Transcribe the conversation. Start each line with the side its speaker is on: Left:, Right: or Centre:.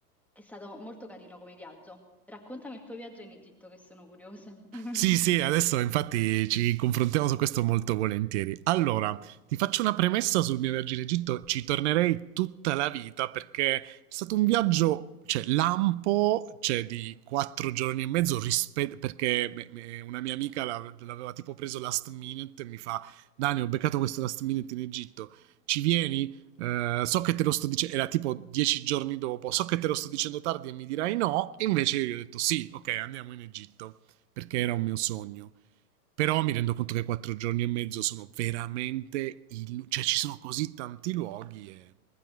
Centre: è stato molto carino come viaggio. Raccontami il tuo viaggio in Egitto, che sono curiosa. <laughs>
Right: Sì, sì, adesso infatti ci confrontiamo su questo molto volentieri. Allora, ti faccio una premessa sul mio viaggio in Egitto, ci tornerei tutta la vita perché è stato un viaggio, cioè lampo, cioè di quattro giorni e mezzo, rispe- perché me- me- una mia amica l'ave- l'aveva tipo preso last minute e mi fa, Dani, ho beccato questo last minute in Egitto, ci vieni? Eh, so che te lo sto dicendo, era tipo dieci giorni dopo, so che te lo sto dicendo tardi e mi dirai no, e invece io gli ho detto sì, ok, andiamo in Egitto perché era un mio sogno. Però mi rendo conto che quattro giorni e mezzo sono veramente... Il... cioè ci sono così tanti luoghi e...